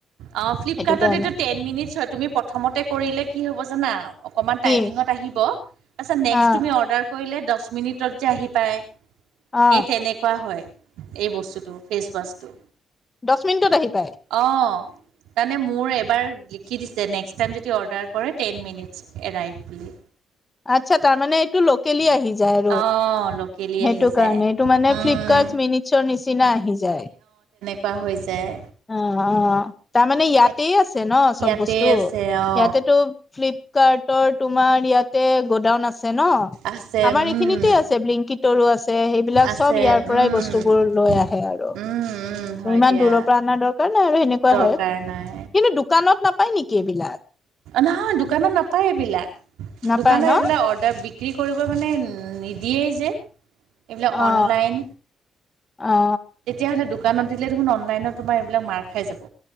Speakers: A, on the right; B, on the left.
A: অ ফ্লিপকাৰ্টত
B: সেইটো কাৰণে।
A: এইটো টেন মিনিটছ ছোৱা তুমি প্ৰথমতে কৰিলে কি হ'ব জানা। অকণমান
B: কি
A: টাইমিঙত আহিব তাৰপাছত নেক্সট
B: অ
A: তুমি অৰ্ডাৰ কৰিলে দহ মিনিটত যে আহি পায় সেই
B: অ
A: তেনেকুৱা হয়। এই বস্তুটো ফেচ ৱাছটো।
B: দহ মিনিটত আহি পায়।
A: অঁ! তাৰমানে মোৰ এবাৰ লিখি দিছে নেক্সট টাইম যদি অৰ্ডাৰ কৰে টেন মিনিট এৰাইভ বুলি।
B: আচ্ছা তাৰ মমানে টো লকেলি আহি জাই আৰু
A: অঁ লোকেলি
B: হেইটো
A: আহি যায়
B: কাৰণে এটো মানে
A: উম,
B: ফ্লিপকৰ্ড মিনিট- উছ নিচিনা আহি যায়।
A: পাহৰি যায়।
B: অঁ অঁ তাৰমানে
A: এ
B: ইয়াতে আছে ন' চব
A: ইয়াতে
B: বস্তু
A: আছে অ
B: ইয়াতেতো ফ্লপ কাৰ্টৰ তোমাৰ ইয়াতে গোডাউন আছে ন'।
A: আছে
B: আমাৰ
A: উম
B: এইখিনিতে আছে বিংকি তৰু আছে সেইবিলাক
A: আছে
B: চব ইয়াৰ পৰাই
A: উম
B: বস্তুবোৰ
A: উম
B: লৈ আহে। হয় আৰু
A: উম হয়
B: ইমান
A: দিয়া
B: দূৰৰ পৰা অনা দৰকাৰ নাই আৰু সেনেকুৱা
A: দৰকাৰ
B: হয় কিন্তু
A: নাই
B: দোকানত নাপায় নেকি এইবিলাক?
A: নহয় দোকানত নাপায় এইবিলাক
B: নাপায়
A: দোকানত
B: ন
A: এইবিলাক অদাৰ তাত বিক্ৰী কৰিবৰ কাৰণে নিদিয়েই যে। এইবিলাক
B: অ
A: অনলাইন
B: অ
A: তেতিয়াহ'লে দোকানত দিলে দেখোন অনলাইনত তোমাৰ এইবিলাক মাৰ খাই যাব।